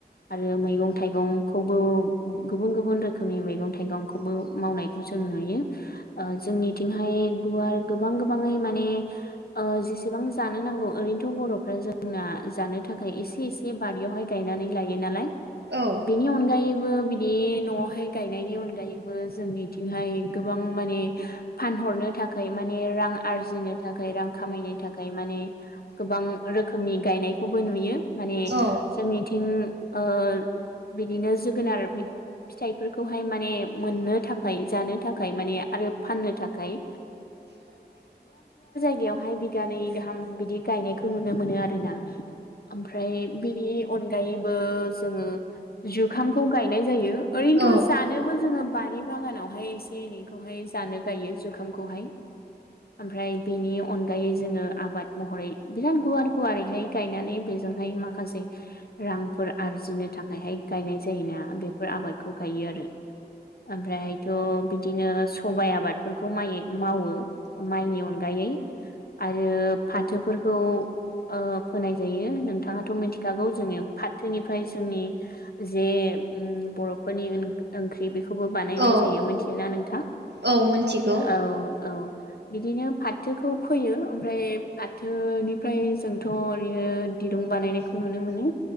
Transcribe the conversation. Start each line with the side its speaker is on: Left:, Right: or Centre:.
Left: आरो मैगं थाइगंखौबो गुबुन गुबुन रोखोमनि मैगं थाइगंखौबो मावनायखौ जों नुयो ओ जोंनिथिंहाय गुवार गोबां गोबाङै माने ओ जेसेबां जानो नांगौ ओरैनोथ बरफ्रा जोंना जानो थाखाय एसे एसे बारियावहाय गायनानै लायो नालाय
Right: औ
Left: बेनि अनगायैबो बिदि नआवहाय गायनायनि अनगायैबो जोंनिथिंहाय गोबां माने फानहरनो थाखा य माने रां आरजिनो थाखाय रां खामायनो थाखाय माने गोबां रोखोमनि गायनायखौबो नुयो माने
Right: औ
Left: जोंनिथिं ओ बिदिनो जोगोनार बिफ फिथाइफोरखौहाय माने मोननो थाखाय जानो थाखाय माने आरो फाननो थाखाय गाय गयावहाय बिगानै गाहाम बिदि गायनायखौ नुनो मोनो आरो ना ओमफ्राय बिनि अनगायैबो जोङो जुखामखौ गायनाय जायो ओरैनोथ'
Right: औ
Left: जानोबो जोङो बारि बागानावहाय एसे एनैखौहाय जानो गायो जुखामखौहाय
Right: <inaudible>
Left: ओमफ्राय बेनि अनगायै जोङो आबाद महरै बिराद गुवार गुवारैहाय गायनानै बेजोंहाय माखासे रांफोर आरजिनो थाखायहाय गायनाय जायोना बेफोर आबादखौ गायो आरो ओमफ्राहायथ' बिदिनो सबाइ आबादफोरखौ माइ मावो माइनि अनगायै आरो फाथोफोरखौ ओ फोनाय जायो नोंथाङाथ' मिथिखागौ जोङो फाथोनिफ्राय जोंनि जे उम बर'फोरनि ओन ओंख्रि बे खौबो बानायनाय
Right: औ
Left: जायो मोनथियो ना नोंथां
Right: औ मिथिगौ
Left: औ औ बिदिनो फा फाथोखौ फोयो ओमफ्राय फाथोनिफ्राय जों थ' ओरैनो दिरुं बानायनायखौ नुनो मोनो